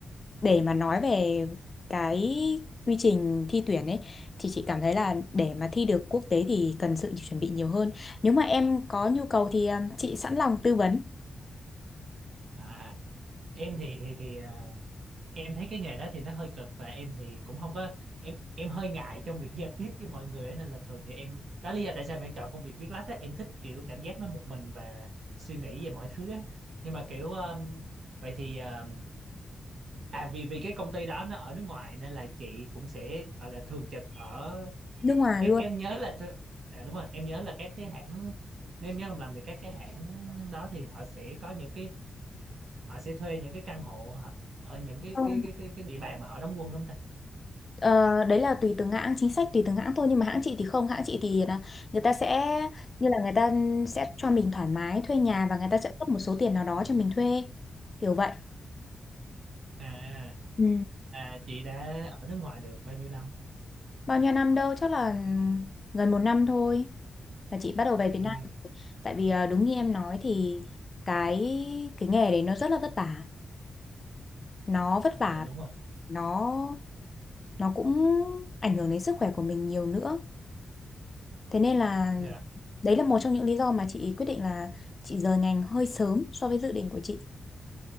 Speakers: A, on the left (about 30°); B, on the right (about 70°).
A: để mà nói về cái quy trình thi tuyển ấy thì chị cảm thấy là để mà thi được quốc tế thì cần sự chuẩn bị nhiều hơn nếu mà em có nhu cầu thì um, chị sẵn lòng tư vấn
B: à em thì thì thì à, em thấy cái nghề đó thì nó hơi cực và em thì cũng không có em em hơi ngại trong việc giao tiếp với mọi người á, nên là thường thì em đó lý do tại sao mà em chọn công việc viết lách á em thích kiểu cảm giác nó một mình và suy nghĩ về mọi thứ á nhưng mà kiểu um, vậy thì um, à vì vì cái công ty đó nó ở nước ngoài nên là chị cũng sẽ gọi là thường trực ở
A: nước ngoài
B: em
A: luôn
B: em nhớ là thơ- à đúng rồi em nhớ là các cái hãng nếu em nhớ không lầm thì các cái hãng đó thì họ sẽ có những cái họ sẽ thuê những cái căn hộ hả? ở những cái
A: Không,
B: cái cái cái cái địa bàn mà họ đóng quân đúng không ta
A: ờ, đấy là tùy từng hãng chính sách tùy từng hãng thôi nhưng mà hãng chị thì không hãng chị thì là người ta sẽ như là người ta sẽ cho mình thoải mái thuê nhà và người ta sẽ cấp một số tiền nào đó cho mình thuê kiểu vậy
B: à
A: Ừ.
B: và chị đã ở nước ngoài được bao nhiêu năm
A: Bao nhiêu năm đâu, chắc là ừ, gần một năm thôi là chị bắt đầu về
B: ừ,
A: Việt Nam. Tại vì à, đúng như em nói thì cái cái nghề đấy nó rất là vất vả. Nó vất vả,
B: dạ đúng rồi
A: nó nó cũng ảnh hưởng đến sức khỏe của mình nhiều nữa. Thế nên là
B: dạ
A: đấy là một trong những lý do mà chị quyết định là chị rời ngành hơi sớm so với dự định của chị.